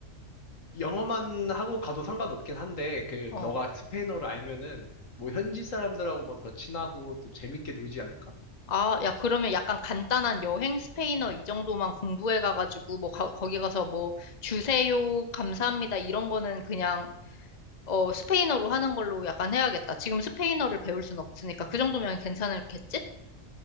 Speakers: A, on the left (about 80°); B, on the left (about 35°).
A: 영어만 하고 가도 상관없긴 한데, 그,
B: 어.
A: 너가 스페인어를 알면은 뭐 현지 사람들하고 뭐 더 친하고 또 재밌게 놀지 않을까?
B: 아, 야, 그러면 약간 간단한 여행 스페인어 이 정도만 공부해 가가지고, 뭐, 가- 거기 가서 뭐, 주세요, 감사합니다, 이런 거는 그냥 어, 스페인어로 하는 걸로 약간 해야겠다. 지금 스페인어를 배울 순 없으니까 그 정도면 괜찮겠지?